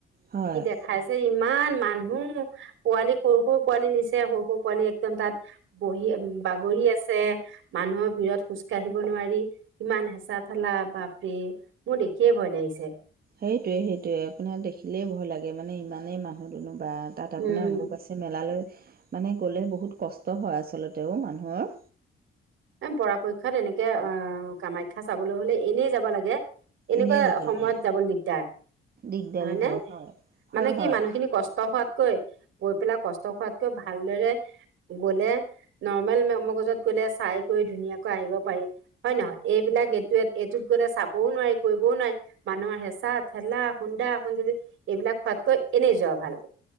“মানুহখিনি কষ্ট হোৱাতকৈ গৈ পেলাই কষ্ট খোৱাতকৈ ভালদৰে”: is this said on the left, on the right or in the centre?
Right